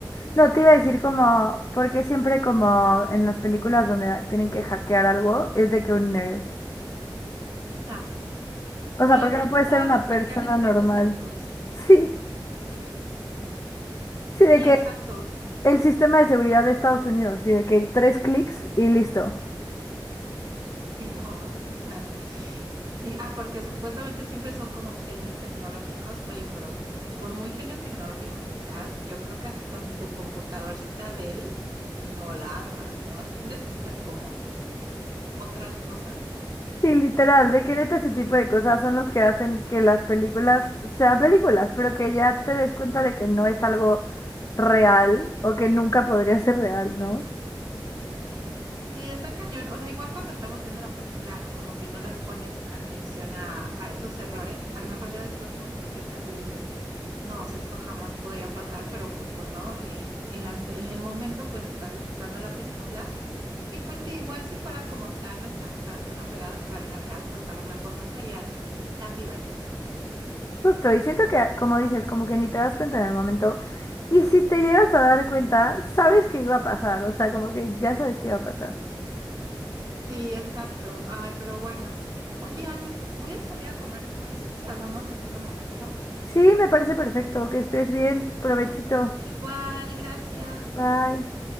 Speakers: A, on the left; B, on the right.
A: No, te iba a decir como, porque siempre como en las películas donde tienen que hackear algo, es de que un nerd.
B: Ah, sí.
A: O
B: No,
A: sea,
B: y
A: porque
B: aparte
A: no puede
B: todo
A: ser una
B: lo
A: persona
B: hackean en 30
A: normal.
B: segundos.
A: <laughs> Sí. Sí, de
B: Sí,
A: que
B: exacto.
A: El sistema de seguridad de Estados Unidos, y de que tres clics y listo.
B: Sí, no, <laughs> o sea. Y, ah, porque supuestamente siempre son como genios tecnológicos. Oye, pero por muy genio tecnológico que seas, yo creo que así con tu computadorcita de él, no la armas, ¿no? <laughs> Sí necesitas como otras cosas.
A: Sí, literal, de que neta ese tipo de cosas son los que hacen que las películas sean películas, pero que ya te des cuenta de que no es algo real o que nunca podría ser real, ¿no?
B: Y está cañón. O sea, igual cuando estamos viendo la película, como que no le pones atención a, a esos errores. A lo mejor ya después como que lo piensas y dices, no, o sea, esto jamás podría pasar, pero justo, ¿no? Eh, en la- en el momento pues estás disfrutando la película Y pues sí, igual si fueran como tan exactas, tan apegadas a la vida real, pues a lo mejor no serían tan divertidas, ¿no?
A: Justo, y siento que, como dices, como que ni te das cuenta en el momento. Y si te llegas a dar cuenta, sabes que iba a pasar, o sea, como que ya sabes que iba a pasar.
B: Sí, exacto. Ay, pero bueno. Oye, Andy, voy a salir a comer. ¿Te parece si hablamos en otro momento?
A: Sí, me parece perfecto, que estés bien, provechito,
B: Igual, gracias.
A: bye.